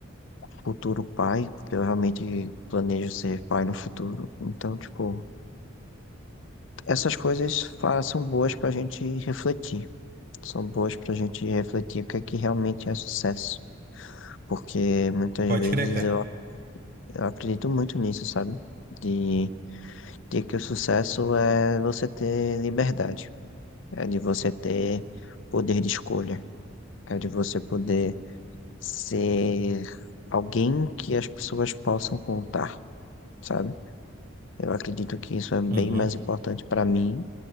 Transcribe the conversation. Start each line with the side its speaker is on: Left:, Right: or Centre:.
Left: futuro pai, porque eu realmente planejo ser pai no futuro. Então, tipo, essas coisas fa- são boas para a gente refletir, são boas para a gente refletir o que é que realmente é sucesso, porque muitas
Right: Pode
Left: vezes
Right: crer, cara.
Left: eu, eu acredito muito nisso, sabe? De de que o sucesso é você ter liberdade, é de você ter poder de escolha, é de você poder ser alguém que as pessoas possam contar, sabe? Eu acredito que isso é bem
Right: Uhum.
Left: mais importante para mim